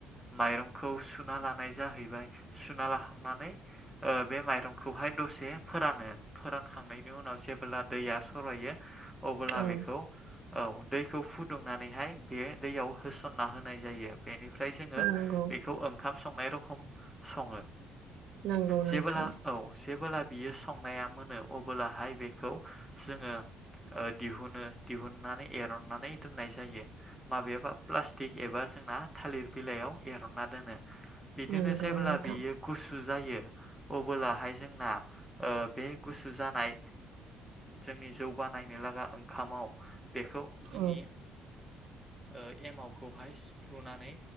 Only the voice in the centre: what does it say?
माइरंखौ सुना लानाय जाहैबाय सुना लाखांनानै ओ बे माइरंखौहाय दसे दसे फोरानो, फोरानखांनायनि उनाव जेबोब्ला दैया सरायो अबोब्ला
बेखौ औ दैखौ फुदुंनानैहाय बे दैआव होसनना होनाय जायो बेनिफ्राय जोङो
बेखौ ओंखाम संनाय बे रखम सङो।
जेबोला
औ जेबोला बियो संनाया मोनो अबोलाहाय बेखौ जोङो ओ दिहुनो दिहुननानै एरननानै दोननाय जायो माबायाबा प्लास्टिक एबा जोंना थालिर बिलाइयाव एरनना दोनो बिदिनो
जेब्ला
बियो गुसु गुसु जायो अबोलाहाय जोंना ओ बे गुसु जानाय जोंनि जौ बानायनो लागा ओंखामाव बेखौ जोंनि
ओ एमावखौहाय सिफ्रुनानै